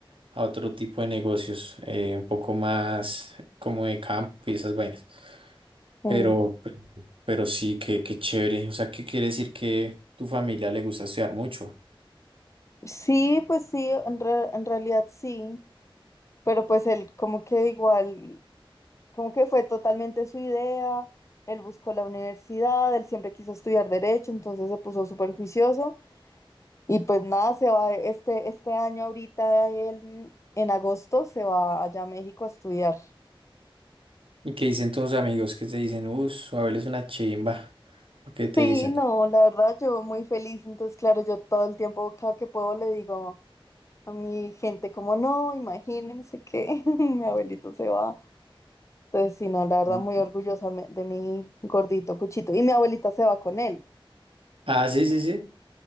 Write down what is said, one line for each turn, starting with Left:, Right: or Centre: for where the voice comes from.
Right: a otro tipo de negocios, eh, un poco más como de campo y esas vainas.
Left: Sí.
Right: Pero, pe- pero sí, qué, qué chévere. O sea, ¿qué quiere decir que tu familia le gusta estudiar mucho?
Left: Sí, pues sí, en, re- en realidad sí, pero pues él como que igual, como que fue totalmente su idea, él buscó la universidad, él siempre quiso estudiar derecho, entonces se puso súper juicioso y pues nada, se va este, este año ahorita, él mm, en agosto se va allá a México a estudiar.
Right: ¿Y qué dicen tus amigos que te dicen, uh, su Abel es una chimba? ¿O qué te
Left: Sí,
Right: dicen?
Left: no, la verdad yo muy feliz, entonces claro, yo todo el tiempo cada que puedo le digo A mi gente como no, imagínense que <laughs> mi abuelito se va. Entonces, sí, no, la verdad
Right: Mm.
Left: muy orgullosa me- de mi gordito Cuchito. Y mi abuelita se va con él.
Right: Ah, sí, sí, sí.